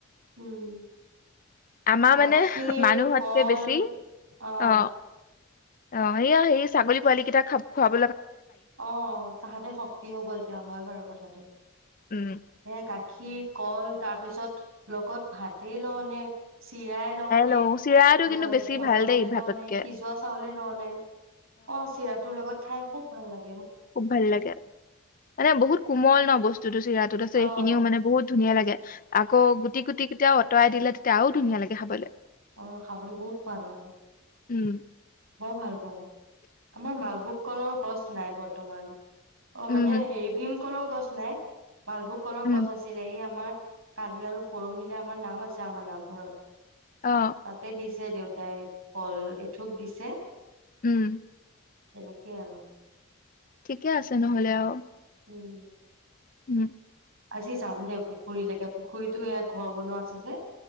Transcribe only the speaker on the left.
আমাৰ
মানে মানুহতকে
বেছি
অ অ সেইয়া সেই ছাগলী পোৱালি কেইটা খাব। খুৱাব
উম
লওঁ চিৰাটো
কিন্তু বেছি
ভাল
দেই ভাততকে
খুব ভাল লাগে মানে বহুত কোমল ন বস্তুতটো চিৰা। আছে
সখিনিও মানে বহুত। ধুনীয়া লাগে। আকৌ গুটি-গুটি কেতাও। উতৰাই দিলে তেতিয়া আৰু ধুনীয়া লাগে খাবলে।
উম
উম
উম
অ
উম।
ঠিকে আছে নহ'লে আৰু।
উম।